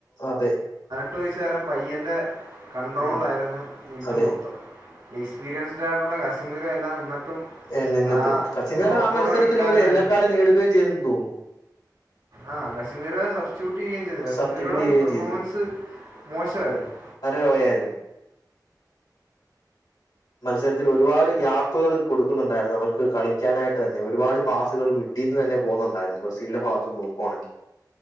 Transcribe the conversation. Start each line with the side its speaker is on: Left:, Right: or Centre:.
Left: അതെ
Right: എട്ട് വയസ്സുകാരൻ പയ്യൻ റെ കണ്ടട്രോളിലായിരുന്നു
Left: ഉം
Right: വീട്ടു
Left: അതെ
Right: മൊത്തം. എക്സ്പീരിയൻസ്ട് ആയിട്ടുള്ള കശ്മീരോ, എല്ലാം നിന്നിട്ടും
Left: ഏ നിന്നിട്ടും
Right: ആ
Left: കസിമീർ
Right: മൊറോക്കോയുടെ
Left: ആ മത്സരത്തിലൊരു
Right: കളിക്കാരനായിരുന്നു
Left: യെല്ലോ കാർഡ് നേടുകയും ചെയ്യെന്ന് തോന്നുന്നു.
Right: ആ കശ്മീർ സബ്സ്റ്ററ്റ്യൂട്ട് ചെയ്യുകയും ചെയ്തു കശ്മീരുടെ
Left: സബ്സ്റ്റിറ്റ്യൂട്ട് ചെയ്യുകയും
Right: പെർഫോമൻസ്
Left: ചെയ്തു
Right: മോശമായിരുന്നു.
Left: പോയായിരുന്നു. മത്സരത്തിൽ ഒരുപാട് ഗ്യാപ്പുകള് കൊടുക്കുന്നുണ്ടായിരുന്നു അവർക്ക് കളിക്കാനായിട്ട് തന്നെ ഒരുപാട് പാസ്സുകൾ ഇീന്ന്ന്ന പോകുന്നുണ്ടായിരുന്നു ബ്രസീലന്റെ ഭഗത്തു നോക്കുവാണങ്കി